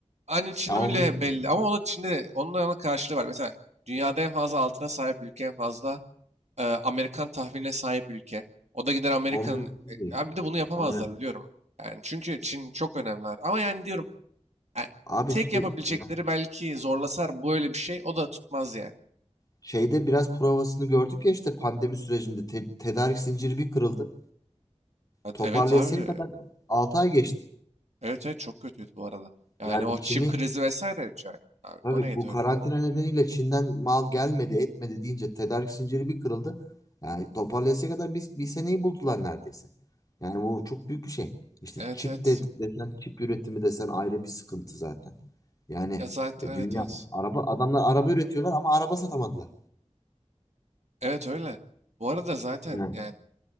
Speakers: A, on the right (about 70°); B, on the left (about 30°).
A: Aynı Çin
B: Ya
A: öyle
B: o mümkün.
A: belli
B: değil.
A: ama o da Çin'de de onun da ana karşılığı var. Mesela dünyada en fazla altına sahip ülke en fazla e, Amerikan tahviline sahip ülke. O da gider Amerika'nın...
B: O mümkün
A: E,
B: değil.
A: abi bir de bunu yapamazlar
B: Aynen.
A: biliyorum. Yani çünkü Çin çok önemliler. Ama yani diyorum e,
B: Abi
A: tek
B: işte
A: yapabilecekleri
B: ya
A: belki zorlasar böyle bir şey o da tutmaz yani.
B: şeyde biraz provasını gördük ya işte pandemi sürecinde te- tedarik zinciri bir kırıldı.
A: Hadi,
B: Toparlayasaya
A: evet abi e,
B: kadar 6 ay geçti.
A: evet evet çok kötüydü bu arada. Yani
B: Yani
A: o çip
B: Çin'i
A: krizi vesaire yani. Abi
B: Tabii
A: o neydi
B: bu karantina
A: öyle?
B: nedeniyle Çin'den mal gelmedi, etmedi deyince tedarik zinciri bir kırıldı. Yani toparlayasıya kadar bir, bir seneyi buldular neredeyse. Yani bu çok büyük bir şey. İşte
A: Evet
B: çip
A: evet.
B: de desen, çip üretimi desen ayrı bir sıkıntı zaten. Yani
A: Ya zaten
B: e,
A: evet
B: dünya
A: evet.
B: araba adamlar araba üretiyorlar ama araba satamadılar.
A: Evet öyle. Bu arada zaten
B: Yani
A: yani